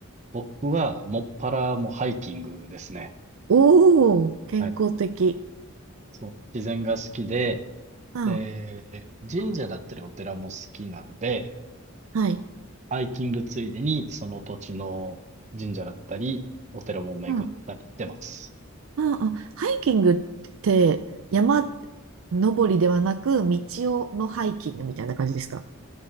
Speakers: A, on the right; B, on the right.
A: 僕は、もっぱらもうハイキングですね。
B: おー、健康的。
A: はい。そう。自然が好きで、
B: うん、
A: で、神社だったりお寺も好きなんで、
B: はい。
A: ハイキングついでに、その土地の神社だったり、お寺も巡ったりしてます。
B: うん、うん、うん。ハイキングって山登りではなく、道をのハイキングみたいな感じですか